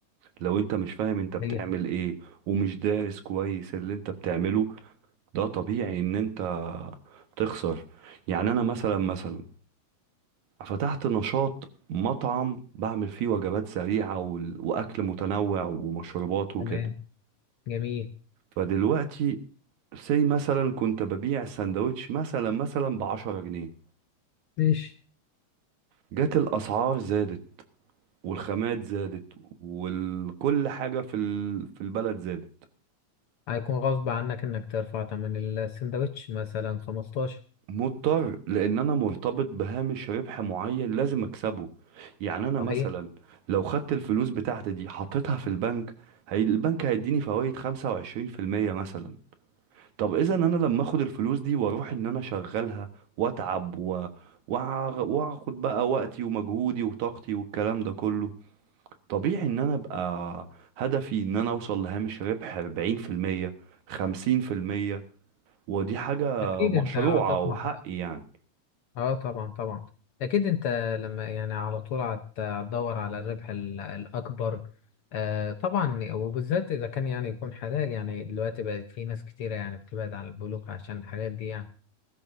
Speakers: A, on the right; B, on the left.
A: لو انت مش فاهم انت بتعمل
B: طيب،
A: ايه ومش دارس كويس اللي انت بتعمله ده طبيعي ان انت تخسر يعني انا مثلا مثلا فتحت نشاط مطعم بعمل فيه وجبات سريعة وال- وأكل متنوع ومشروبات وكده
B: تمام جميل
A: فدلوقتي سي مثلا كنت ببيع السندوتش مثلا مثلا بعشرة جنيه
B: ماشي
A: جت الأسعار زادت والخامات زادت وكل حاجة في ال- في البلد زادت
B: هيكون غصب عنك انك ترفع تمن السندوتش مثلا 15
A: مضطر لأن أنا مرتبط بهامش ربح معين لازم أكسبه يعني أنا
B: صحيح
A: مثلا لو خدت الفلوس بتاعتي دي حطيتها في البنك هي البنك هيديني فوائد خمسة وعشرين في المية مثلا طب اذا انا لما اخد الفلوس دي واروح ان انا اشغلها واتعب و... وأع- واخد بقى وقتي ومجهودي وطاقتي والكلام ده كله طبيعي ان انا ابقى هدفي ان انا اوصل لهامش ربح 40% 50% ودي حاجة
B: اكيد
A: مشروعة
B: انت هتطمح
A: وحقي يعني
B: اه طبعا طبعا اكيد انت لما يعني على طول هت- هتدور على الربح ال- الاكبر آه طبعا وبالذات اذا كان يعني يكون حلال يعني دلوقتي بقت في ناس كتيرة يعني بتبعد عن البنوك عشان الحاجات دي يعني